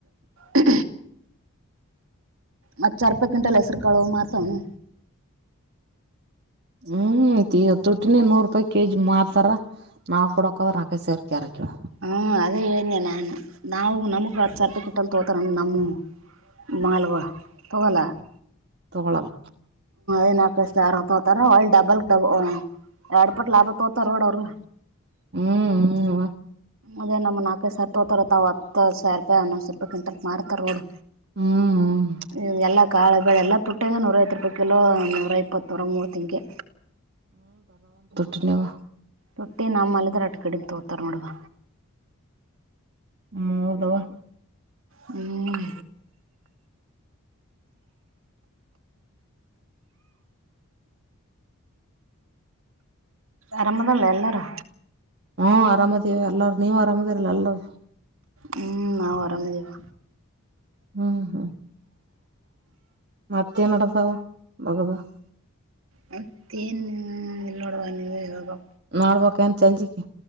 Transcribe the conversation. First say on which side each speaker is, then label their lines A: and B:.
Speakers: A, on the right; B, on the right.
A: ಹ್ಮ ಮತ್ತ ಅಾರ್ಪ ಗಿಂಟಲ್ ಹೆಸ್ರುಕಳುವ ಮಾತ್ರವನು
B: ಹ್ಮ್ ತೊಟಿನ ನೂರ್ ರೂಪಾಯಿ ಕೆಜಿ ಮಾರ್ತಾರ ನಾವ್ ಕೊಡಕದ್ರ ನಕೈ ಸೇರ್ ಕ್ಯಾರ ಕೇಳ
A: ಹ್ಮ ಅದೇ ಹೇಳ್ದೆ ನಾನ್ ನಾವು ನಮಗ್ ಹತ್ತು ಸರ್ಟಿಿಕೆಟ್ಲ್ಲಿ ತೋತಾರ ನಮ್ಮ ಮಾಲ್ ತಗೋಲ್ಲ
B: ತಗೊಳಲ್ಲ
A: ಏನ ಕಷ್ಟ ಆರ ತೋತಾರ ಒಳ್ಳ ಡಬಲ್ ಡಬಲ್ ಎರಡ್ ಪಟ್ ಲಾಭ ತೋತಾರ ನೋಡ ಅವರು
B: ಹ್ಮ್ ಹ್ಮ
A: ಅದೇ ನಮ್ಮ ನಲ್ಕೈದು ಸಾವರ ತೋತಾರತ ಅವ ಹತ್ತು ಸಾವಿ ರೂಪಾಯ ಹನ್ನೊ ಸಾವಿೂಪಾಯ್ಂಟಲ್ಕ್ ಮಾಡತಾರ ನೋಡು
B: ಹ್ಮ್
A: ಹ್ಮ ಎಲ್ಲ ಕಾಳ ಬೆಳೆ ಎಲ್ಲ ತುಟ್ಟ ಒಟ್ಟೆಗೆ ನೂರೈತ್ತು ರೂಾಯಿಲೋ ನೂರ ಇಪ್ಪತ್ ನೂರ ಮೂವತ್ತಂಗೆ
B: ಧನ್ಯವಾದ
A: ಮಟ್ಟಿ ನಮ್ಮಲದ್ರ ಅಟ್ ಕಡಿಂದ ತೋತಾರ ನೋಡುವ
B: ಹ್ಮ್ ಹೌದವಾ
A: ಹ್ಮ್ ಆರಾಮದಲ್ಲ ಎಲ್ಲರೂ
B: ಹ್ಮ ಆರಾಮದೇವಿ ಎಲ್ಲಾರ ನೀವ ಆರಾಮದಿರಲ್ಲ ಎಲ್ಲಾರ
A: ಹ್ಮ್ ನಾವು ಆರಾಮೇದೇವ
B: ಹ್ಮ್ ಹ್ಮ್ ಮತ್ತೆ ಮಾಡಡತಾವ ಮಗದ
A: ಮತ್ತೇನ್ ಇಲ್ ನೋಡುವ ನೀವ ಹ
B: ನೋಡಬೇಕು ಏನ್ ಸಂಜೆ ಕೆ